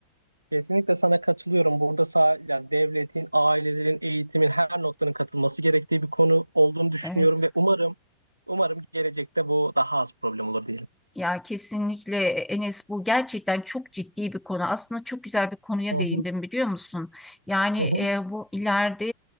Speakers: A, on the right; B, in the centre.
A: Kesinlikle sana katılıyorum. Burada sağ, yani devletin, ailelerin, eğitimin her noktanın katılması gerektiği bir konu olduğunu düşünüyorum
B: Evet.
A: ve umarım umarım gelecekte bu daha az problem olur diyelim.
B: Ya kesinlikle e, Enes bu gerçekten çok ciddi bir konu. Aslında çok güzel bir konuya
A: Hı
B: değindim
A: hı,
B: biliyor musun? Yani
A: hı hı.
B: e, bu ileride